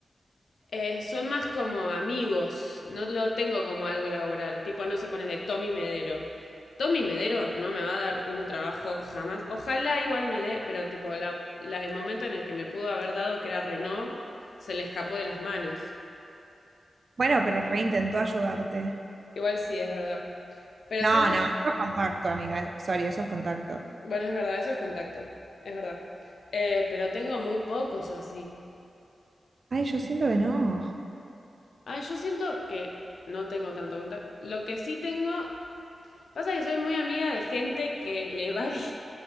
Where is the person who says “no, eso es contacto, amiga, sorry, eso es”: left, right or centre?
Right